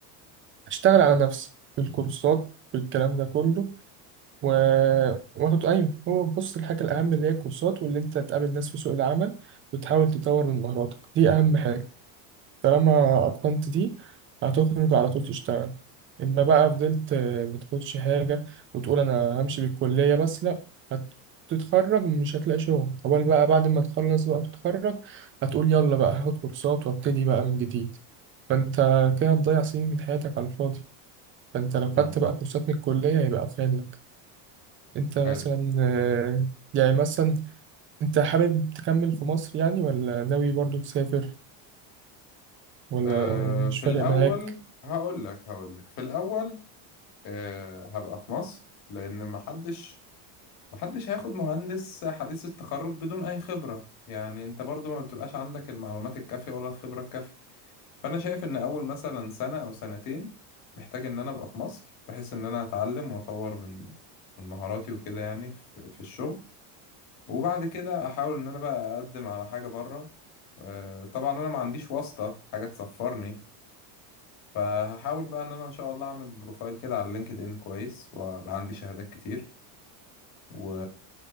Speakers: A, on the right (about 25°); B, on the left (about 45°).
A: أشتغل على نفسي في الكورسات في الكلام ده كله و... وآخد أيوه هو بص الحاجة الأهم اللي هي الكورسات واللي أنت تقابل ناس في سوق العمل وتحاول تطور من مهاراتك دي أهم حاجة طالما أتقنت دي هتخرج على طول تشتغل إما بقى فضلت آه، متاخدش حاجة وتقول أنا همشي بالكلية بس لأ هتتخرج مش هتلاقي شغل أول بقى بعد ما تخلص بقى تتخرج هتقول يلا بقى هاخد كورسات وابتدي بقى من جديد فأنت كده هتضيع سنين من حياتك على الفاضي فأنت لو خدت
B: امم
A: بقى كورسات من الكلية هيبقى أفيد لك أنت مثلا
B: حلو
A: آه، يعني مثلا أنت حابب تكمل في مصر يعني ولا ناوي برضو تسافر ولا
B: آه،
A: مش
B: في
A: فارق
B: الأول
A: معاك
B: هقول لك هقول لك في الأول آه، هبقى في مصر لأن محدش محدش هياخد مهندس حديث التخرج بدون أي خبرة يعني أنت برضو ما بتبقاش عندك المعلومات الكافية ولا الخبرة الكافية فأنا شايف إن أول مثلا سنة أو سنتين محتاج إن أنا أبقى في مصر بحيث إن أنا أتعلم وأطور من من مهاراتي وكده يعني في, في الشغل وبعد كده أحاول إن أنا بقى أقدم على حاجة بره آه، طبعا أنا ما عنديش واسطة حاجة تسفرني فهحاول بقى ان انا ان شاء الله اعمل بروفايل كده على لينكد ان كويس وابقى عندي شهادات كتير و...